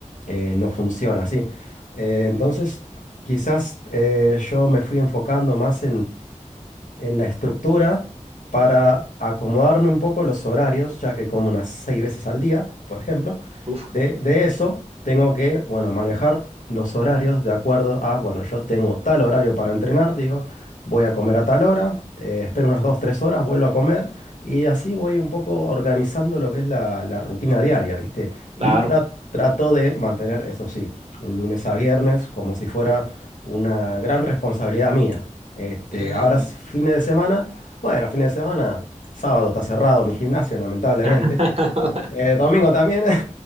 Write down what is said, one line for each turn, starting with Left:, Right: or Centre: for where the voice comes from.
Left: eh, no funciona así. Eh, entonces, quizás eh, yo me fui enfocando más en la estructura para
Right: Ujú.
Left: acomodarme un poco los horarios, ya que como unas seis veces al día, por ejemplo.
Right: Uf,
Left: De, de eso tengo que, bueno, manejar los horarios de acuerdo a, bueno, yo tengo tal horario para entrenar, digo, voy a comer a tal hora, eh, espero unas dos, tres horas, vuelvo a comer y así voy un poco organizando lo que es la, la rutina diaria, ¿viste? Y
Right: claro.
Left: tra- trato de mantener, eso sí, un lunes a viernes como si fuera una gran responsabilidad mía. Este,
Right: Ujú.
Left: ahora es fines de semana. Bueno, fines de semana. Sábado está cerrado mi gimnasio, lamentablemente.
Right: <laughs>
Left: Eh, domingo también. <laughs>